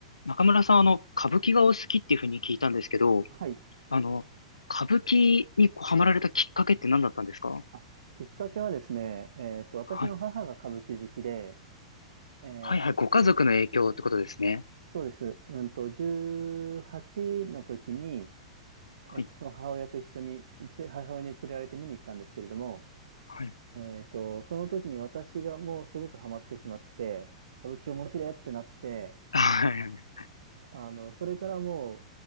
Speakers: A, on the left; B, on the right.
A: 中村さん、あの、歌舞伎がお好きっていうふうに聞いたんですけど、
B: はい。
A: あの、歌舞伎にこうハマられたきっかけって何だったんですか
B: あ、きっかけはですね、えっと、私の母が歌舞伎好きで、
A: はい。
B: えっと、
A: はいはい。ご家族の影響ってことですね。
B: そうです。うんと、18の時に、
A: はい。
B: えっと、その母親と一緒に、つ母親に連れられて見に行ったんですけれども、
A: はい。はい
B: えっと、その時に私がもうすごくハマってしまって、歌舞伎面白いってなって、
A: あ
B: あの、それからも